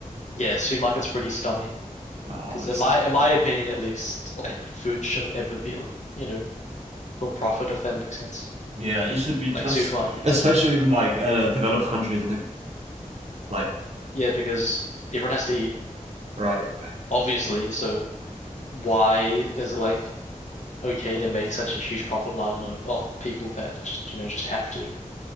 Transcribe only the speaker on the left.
yeah, supermarket's are pretty scummy.
Because
in my in my opinion, at least, like food shouldn't ever be, you know, for profit if that makes sense.
Like supermarkets.
Yeah, because everyone has to eat,
obviously. So why is it like okay to make such a huge profit margin of off people that just you know just have to